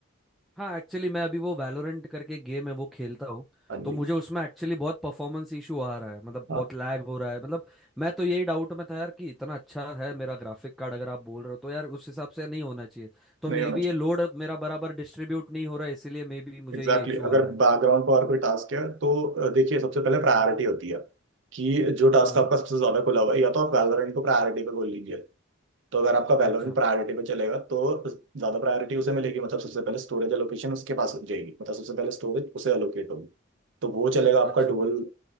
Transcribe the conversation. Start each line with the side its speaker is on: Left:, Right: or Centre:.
Centre: हाँ एक्चुअली मैं अभी वो वैलोरेंट करके गेम है वो खेलता हूँ
Right: हाँ
Centre: तो
Right: जी
Centre: मुझे उसमें एक्चुअली बहुत परफॉर्मेंस इशू आ रहा है मतलब
Right: हाँ
Centre: बहुत लैग हो रहा है मतलब मैं तो यही डाउट में था यार कि इतना अच्छा है मेरा ग्राफिक कार्ड अगर आप बोल रहे हो तो यार उस हिसाब से नहीं होना चाहिए तो
Right: नहीं
Centre: मे
Right: होना
Centre: बी ये
Right: चाहिए
Centre: लोड मेरा बराबर डिस्ट्रीब्यूट नहीं हो रहा है इसीलिए मे बी मुझे
Right: Exactly
Centre: ये इशू
Right: exactly.
Centre: आ
Right: अगर
Centre: रहा है
Right: बैकग्राउंड पर और कोई टास्क है तो अ, देखिए सबसे पहले प्रायोरिटी होती है कि जो टास्क
Centre: हम्म
Right: आपका
Centre: हम्म।
Right: सबसे ज्यादा खुला हुआ है या तो आप वैलोरेंट को प्रायोरिटी पे खोल लीजिए तो अगर आपका वैलोरेंट
Centre: अच्छा
Right: प्रायोरिटी पे चलेगा तो ज्यादा प्रायोरिटी उसे मिलेगी मतलब सबसे पहले स्टोरेज एलोकेशन उसके पास जाएगी मतलब सबसे पहले स्टोरेज उसे एलोकेट होगी तो वो चलेगा आपका
Centre: अच्छा
Right: डुअल